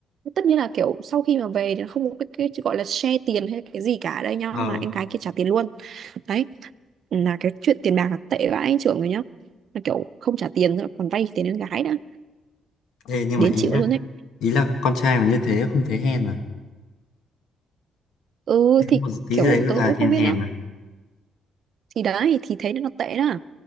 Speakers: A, on the right; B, on the left.
A: tất nhiên là kiểu sau khi mà về thì nó không có cái, cái gọi là share tiền hay cái gì cả ở đây nhá
B: ờ
A: mà em gái kia trả tiền luôn đấy là cái chuyện tiền bạc là tệ vãi anh trưởng rồi nhá là kiểu không trả tiền rồi còn vay tiền em gái đã
B: thế nhưng
A: đến
B: mà ý
A: chịu
B: là
A: luôn đấy
B: ý là con trai mà như thế không thấy hèn à
A: ừ thì
B: một tí
A: kiểu
B: đấy gọi
A: tôi
B: là
A: cũng
B: hèn
A: không biết
B: hèn
A: nữa
B: à
A: thì đấy thì thấy nó tệ đó